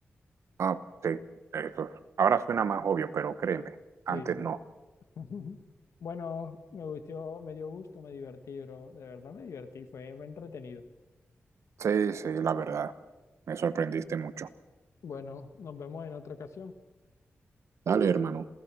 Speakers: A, on the right (about 85°); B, on the left (about 85°).
A: Ah, sí. Eso. Ahora suena más obvio, pero créeme, antes
B: Sí.
A: no.
B: <laughs> Bueno, me gustó, me dio gusto, me divertí, bro. De verdad me divertí, fue, fue entretenido.
A: Sí, sí, la verdad. Me sorprendiste mucho.
B: Bueno, nos vemos en otra ocasión.
A: Dale, hermano.